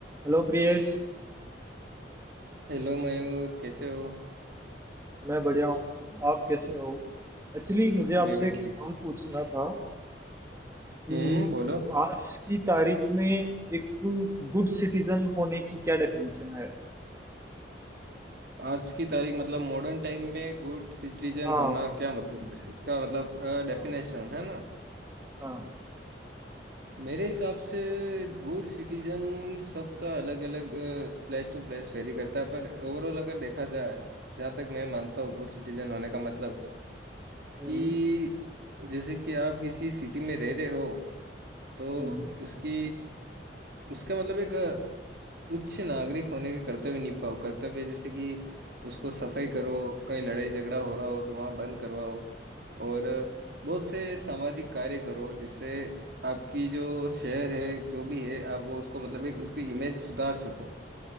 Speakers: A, on the right; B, on the right.
A: Hello Priyesh
B: Hello Mayur कैसे हो
A: मैं बढ़िया हूँ आप कैसे हो एक्चुअली मुझे
B: मैं
A: आपसे
B: भी
A: एक सवाल
B: ठीक हूँ
A: पूछना था कि
B: हम्म बोलो
A: आज की तारीख में एक गुड सिटीजन होने की क्या डेफिनेशन है
B: आज की तारीख मतलब मॉडर्न टाइम में गुड सिटीजन
A: हाँ
B: होना क्या मतलब है इसका मतलब डेफिनेशन
A: हाँ
B: है ना
A: हाँ
B: मेरे हिसाब से गुड सिटीजन सबका अलग अलग प्लेस टू प्लेस वेरी करता है पर ओवरऑल अगर देखा जाए जहाँ तक मैं मानता हूँ गुड सिटीजन होने का मतलब
A: हम्म
B: कि जैसे कि आप किसी सिटी में रह रहे हो तो
A: हम्म
B: उसकी उसका मतलब एक अ, उच्च नागरिक होने के कर्तव्य निभाओ कर्तव्य जैसे कि उसको सफाई करो कहीं लड़ाई झगड़ा हो रहा हो तो वहाँ बंद करवाओ और अ,
A: हम्म
B: बहुत से सामाजिक कार्य करो जिससे आपकी जो शहर है जो भी है आप वो उसको मतलब एक उसकी इमेज सुधार सको